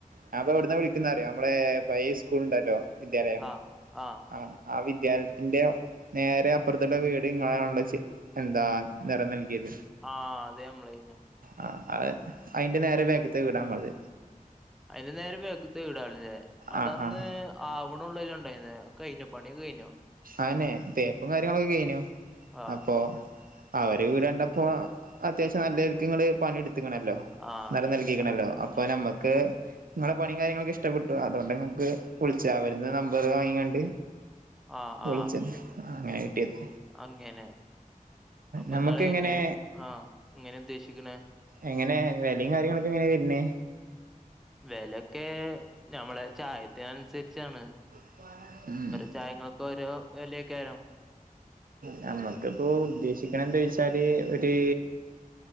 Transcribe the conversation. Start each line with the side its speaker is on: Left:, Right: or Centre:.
Right: ഞാപ്പൊ എവിടുന്ന വിളിക്കുന്നറിയോ? നമ്മടെ പഴയ സ്കൂൾണ്ടല്ലോ വിദ്യാലയം
Centre: ആഹ് ആഹ്
Right: ആ ആഹ് വിദ്യാലയത്തിന്റെയോ നേരെ അപ്പുറത്തുള്ള വീട് ഇങ്ങനെള്ള എന്താ നിറം നൽകിയത്
Centre: ആഹ് അത് നമ്മളേയ്നു
Right: അ ആഹ് അതിന്റെ നേരെ ബേക്ക്ത്തെ വീടാ നമ്മള്ത്
Centre: അതിന് നേരെ ബേക്കിലത്തെ വീടല്ലേ അതന്ന്
Right: ആ ആ
Centre: ആവാണുള്ളെ ഉണ്ടായിന കയിഞ്ഞോ പണി ഒകെ കയിഞ്ഞോ
Right: ആന്നെ തേപ്പും കാര്യങ്ങളൊക്കെ കഴിഞ്ഞു
Centre: ആഹ്
Right: അപ്പൊ അവര് രണ്ടപ്പോ അത്യാവശ്യം നല്ലര്ക്ക് ങ്ങള് പണിയെട് ണല്ലോ
Centre: ആഹ്
Right: നെറം
Centre: നമ്മളെ
Right: നൽകിക്ക്ണല്ലോ അപ്പോനമ്മ
Centre: ഉം
Right: ക്ക് ങ്ങളെ പണിയും കാര്യങ്ങളൊക്കെ ഇഷ്ടപ്പെട്ടു അതോണ്ട് ങ്ങക്ക് വിളിച്ച അവര്ന്ന് നമ്പർ വാങ്ങിങ്ങാണ്ട്
Centre: ആഹ്
Right: വിളിച്ചത്
Centre: ആഹ്
Right: ആഹ് അങ്ങനെ കിട്ടിയത്
Centre: അങ്ങനെ അപ്പൊ
Right: നമ്മക്ക്
Centre: ഇങ്ങള്
Right: ഇങ്ങനെ
Centre: എങ്ങനെ ആഹ് എങ്ങനെ ഉദ്ദേശിക്കണെ
Right: എങ്ങനെ വിലയും കാര്യങ്ങളൊക്കെ എങ്ങനെ വർന്നേ?
Centre: വിലൊക്കെ ഞമ്മളെ ചായത്തിന് അനുസരിച്ചാണ്
Right: <inaudible> മ
Centre: ചായങ്ങൾക്ക് ഓരോ വേലയൊക്കാരം
Right: നമ്മക്കിപ്പോ ഉദ്ദേശിക്കണ എന്താ ചോച്ചാല് ഒരു